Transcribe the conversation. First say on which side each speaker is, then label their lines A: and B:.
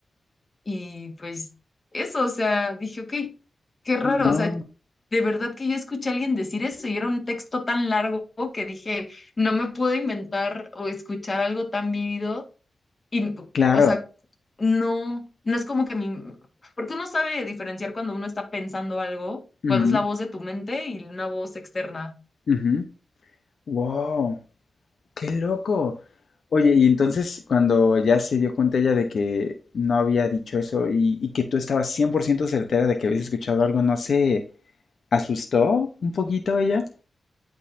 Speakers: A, on the left (about 35°); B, on the left (about 65°).
A: Y pues eso, o sea, dije, ok, qué raro,
B: No,
A: o sea, de verdad que yo escuché a alguien decir eso y era un texto tan largo que dije, no me puedo inventar o escuchar algo tan vívido y,
B: claro.
A: o sea, no, no es como que mi, porque uno sabe diferenciar cuando uno está pensando algo,
B: ujú,
A: cuando es la voz de tu mente y una voz externa.
B: ujú, Wow. ¡Qué loco! Oye, y entonces cuando ya se dio cuenta ella de que no había dicho eso y, y que tú estabas 100% certera de que habías escuchado algo, ¿no se asustó un poquito ella?